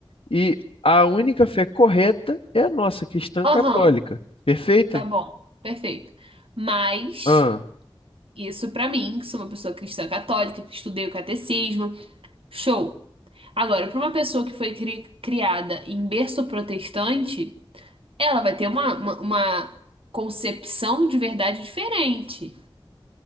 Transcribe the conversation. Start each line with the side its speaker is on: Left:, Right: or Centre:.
Left: e a única fé correta é a nossa cristã
Right: Aham,
Left: católica. Perfeito?
Right: tá bom. Perfeito. Mas.
Left: Ah,
Right: Isso pra mim, que sou uma pessoa cristã católica, que estudei o catecismo, show. Agora, pra uma pessoa que foi cri- criada em berço protestante, ela vai ter uma, uma, uma concepção de verdade diferente.